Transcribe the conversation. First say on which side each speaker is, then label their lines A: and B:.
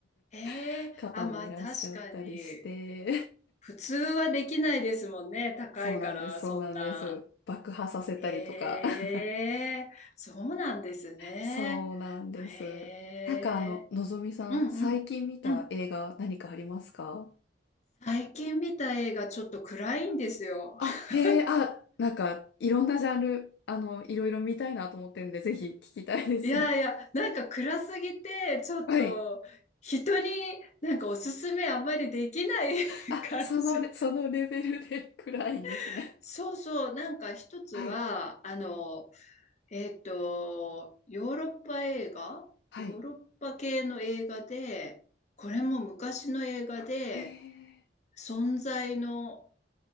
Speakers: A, on the left; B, on the left.
A: へえ。
B: <laughs> 方もいらっしゃったりして、
A: あ、まあ確かに。普通はできないですもんね。高いから、
B: そうなんです、そうなんです。
A: そんな。
B: 爆破させたりとか。
A: ええ、
B: <laughs>
A: そうなんですね。
B: そうなんです。
A: へえ、
B: なんかあの、のぞみさん、
A: うんうん、
B: 最近見た映画何かありますか
A: うん。最近見た映画ちょっと暗いんですよ。
B: あ、
A: <laughs>
B: へえ、あ、なんか、いろんなジャンル、あの、いろいろ見たいなと思ってるんで、ぜひ聞きたいです。
A: いやいや、
B: <laughs>
A: なんか暗すぎて、ちょっと人になんかおすすめあんまりできない
B: はい。あ、
A: <laughs> 感じ。
B: そのレ、そのレベルで <laughs> 暗いんですね。
A: <laughs> そうそう、なんか一つは、
B: はい、
A: あの、えっと、ヨーロッパ映画ヨーロッパ系の映画で、
B: はい。
A: これも昔の映画で、
B: へえ、
A: 存在の、